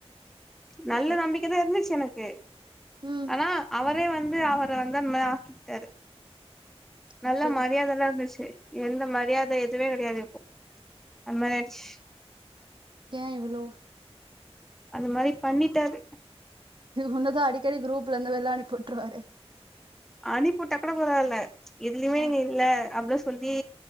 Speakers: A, in the centre; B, on the right.
A: நல்ல
B: சூப்பர்
A: நம்பிக்கைதா இருந்துச்சு எனக்கு
B: ம்
A: ஆனா அவரே வந்து அவர வந்து அந்த மாரி ஆக்கி கிட்டாரு நல்ல
B: ஓகே
A: மரியாதை எல்லா இருந்துச்சு எந்த மரியாதை எதுவே கெடையாது இப் அந்த மாரி ஆயிடுச்சு
B: ஏ இவளோ
A: அந்த மாதி பண்ணிட்டாரு
B: ஒன்னதா அடிக்கடி குரூப்ல இந்து வெள்ள அனிப்பி வுட்ருவாறே
A: அனிப்பி விட்டாக் கூட பரவால்ல எதுலியுமே
B: ஆ
A: நீங்க இல்ல அப்லா சொல்லி